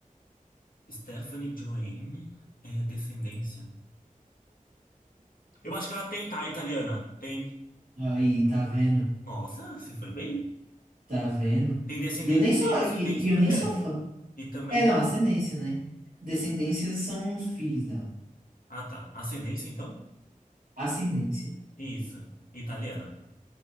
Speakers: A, on the left; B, on the right.
A: Stephanie Joanne é descendência. Eu acho que ela tem, tá, italiana? Tem.
B: Aí, tá vendo?
A: Nossa, se foi bem.
B: Tá vendo?
A: Tem descendência,
B: E eu nem sou,
A: tem ascendência,
B: e, e eu
A: ita-
B: nem
A: é.
B: sou fã.
A: E também
B: É,
A: descendência.
B: não, ascendência, né? Descendências são os filhos dela.
A: Ah, tá. Ascendência, então?
B: Ascendência.
A: Isso. Italiana.